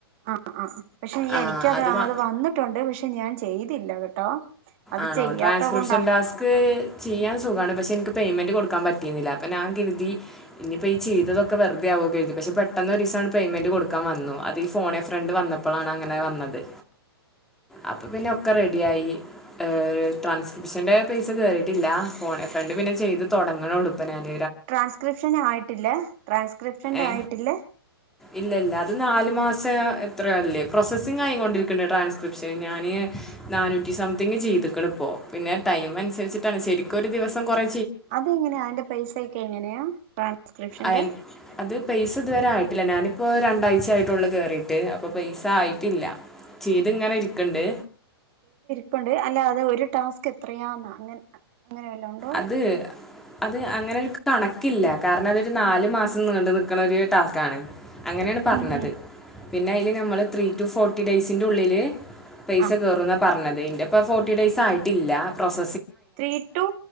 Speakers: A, on the right; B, in the centre.
A: ആഹ് ആഹ് പക്ഷെ
B: ആ
A: എനിക്കത്
B: മാ
A: അത് വന്നിട്ടുണ്ട് പക്ഷെ ഞാൻ ചെയ്തില്ല കേട്ടോ അത്
B: ആണോ
A: ചെയ്യാത്ത
B: ട്രാൻസ്ക്രിപ്ഷൻ
A: കൊണ്ടാ
B: ടാസ്ക് ചെയ്യാൻ സുഖാണ് പക്ഷെ എനിക്ക് പേയ്മെന്റ് കൊടുക്കൻ പറ്റുന്നില്ല അപ്പ ഞാൻ കരുതി ഇനിപ്പോം ഈ ചെയതൊക്കെ വെറുതെ ആ പക്ഷെ പെട്ടെന്നൊരീസം ആട് പേയ്മെന്റ് കൊടുക്കാൻ വന്നു അത് ഈ ഫോണെ ഫ്രണ്ട് വന്നപ്പളാണ് അങ്ങനെ വന്നത് അപ്പൊ പിന്നെ ഒക്കെ റെഡിയായി ഏഹ് ട്രാൻസ്ക്രിപ്ഷന്റെ പൈസ കേറിയിട്ടില്ല ഫോണെ ഫ്രണ്ട് പിന്നെ ചെയ്ത് തൊടങ്ങണേ ഉള്ളൂ ഇപ്പൊ ഞാന്
A: ട്രാൻസ്ക്രിപ്ഷൻ ആയിട്ടില്ലേ? ട്രാൻസ്ക്രിപ്ഷൻ്റെ
B: ഏ
A: ആയിട്ടില്ലേ?
B: ഇല്ല ഇല്ല അത് നാല് മാസം എത്രയോ അല്ലേ പ്രോസസ്സിംഗായി കൊണ്ടിരിക്കുന്നുണ്ട് ട്രാൻസ്ക്രിപ്ഷൻ ഞാന് നാനൂറ്റി സംതിങ്ങ് ചെയ്തുക്കണ് ഇപ്പോ പിന്നെ ടൈം അനുസരിച്ചിട്ടാണ് ശരിക്കും ഒരു ദിവസം കൊറെ
A: അതെങ്ങനെയാ അതിന്റെ പൈസയൊക്കെ എങ്ങനെയാ ട്രാൻസ്ക്രിപ്ഷന്റെ?
B: അയൻ അത് പൈസ ഇതുവരെ ആയിട്ടില്ല ഞാനിപ്പോ രണ്ടാഴ്ച ആയിട്ടുള്ളൂ കേറിയിട്ട് അപ്പൊ പൈസ ആയിറ്റില്ല ചെയ്ത് ഇങ്ങനെ ഇരിക്കണ്ട്
A: ഇപ്പണ്ട് അല്ല അത് ഒരു ടാസ്ക് എത്രയാന്നാ അങ്ങൻ അങ്ങനെ വല്ലോ ഉണ്ടോ?
B: അത് അത് അങ്ങനെ ഒരു കണക്കില്ല കാരണം അതൊരു നാല് മാസം നീണ്ട നിൽക്കണ ഒരു ടാസ്കാണ്. അങ്ങനെയാണ് പറഞ്ഞത്.
A: ഉം ഉം
B: പിന്നെ അതില് നമ്മള് ത്രീ ടു ഫോർട്ടി ഡെയയ്സിന്റെ ഉള്ളില് പൈസ
A: ആ
B: കേറൂംന്നാ പറഞ്ഞത് ഇതിന്റെപ്പ ഫോർട്ടി ഡെയയ്സ് ആയിട്ടില്ല പ്രോസ
A: three to